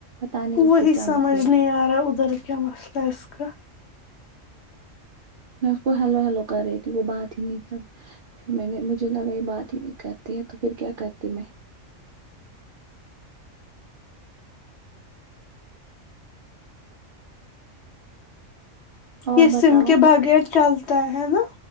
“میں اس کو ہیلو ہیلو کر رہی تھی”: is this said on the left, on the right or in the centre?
Right